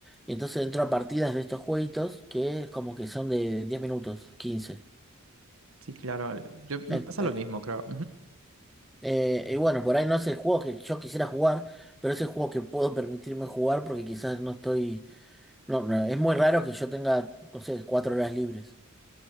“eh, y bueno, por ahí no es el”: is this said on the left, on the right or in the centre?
Centre